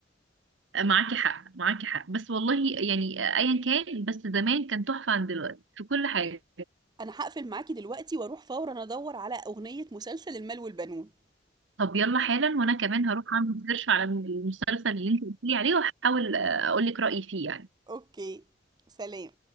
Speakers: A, on the right; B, on the right.
A: معاكي حق معاكي حق بس والله يعني ايا كان بس زمان كان تحفه عن دلوقتي في كل حاجه
B: انا هقفل معاكي دلوقتي واروح فورا ادور على اغنية مسلسل المال والبنون
A: طب يلا حالا وانا كمان هروح اعمل سيرش على المسلسل اللي انت قلت لي عليه واحاول اقول لك رايي فيه يعني
B: اوكي سلام